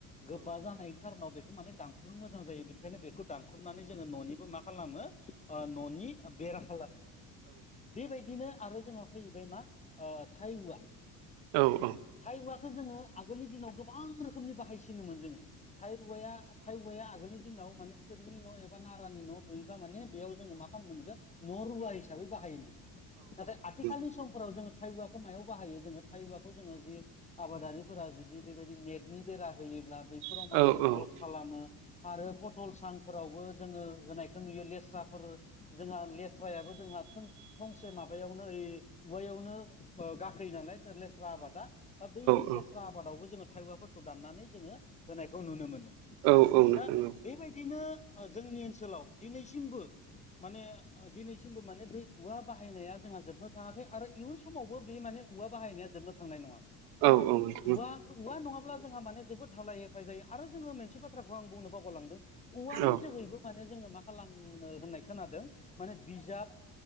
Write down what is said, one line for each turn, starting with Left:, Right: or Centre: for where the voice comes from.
Left: गोबा जानाय खारोनाव बेखौ माने दानख्रुमनो मोजां जायो। बेनिखायनो बेखौ दानख्रुबनानै जोङो न'निबो मा खालामो न'नि बेरा खालामो। बेबायदिनो आरो जोंहा फैबाय मा थाइ औवा
Right: औ औ।
Left: थाइ औवाखौ जोङो आगोलनि दिनाव गोबां रोखोमनि बाहायसिनोमोन जोङो। थाइ औवाया थाइऔवा आगोलनि दिनाव माने थोरिनि न' एबा नारानि न' लुयोबा माने बेयाव जोङो मा खालामगोन बेखौ न'रुवा हिसाबै बाहायोमोन। नाथाय आथिखालनि
Right: औ
Left: समफोराव जोङो थाइऔवा मायाव बाहायो जोङो थाइ औवाखौ जोङो जि आबादारिफोरा जुदि बेबायदि नेटनि बेरा होयोब्ला बेफोराव
Right: औ
Left: माने गस खालामो। आरो पटल सांफोरावबो जोङो होनायखौ नुयो। लेस्राफोर जोंहा लेस्रायाबो जोंहा फंसे माबायावनो ओइ औवायावनो गाखोयो नालाय लेस्रा आबादा बैफोर
Right: औ
Left: लेस्रा आबादावबो जोङो थाइऔवाफोरखौ दाननानै जोङो होनायखौ नुनो मोनो।
Right: औ औ नोंथां
Left: दा
Right: औ
Left: बेबायदिनो जोंनि ओनसोलाव दिनैसिमबो माने दिनैसिमबो माने बे औवा बाहायनाया जोंहा जोबनो थाङाखै आरो इयुन समाव बे माने औवा बाहायनाया जोबनो थांनाय नङा। खारन
Right: औ नोंथां
Left: औवा औवा नङाब्ला जोंहा माने जोबोद हालाय हाफाय जायो आरो जोङो मोनसे बाथ्राखौ आं बुंनो बावगलांदों। औवानि
Right: औ
Left: जोहैबो माने जोङो मा खालामनो होननाय खोनादों। माने बिजाब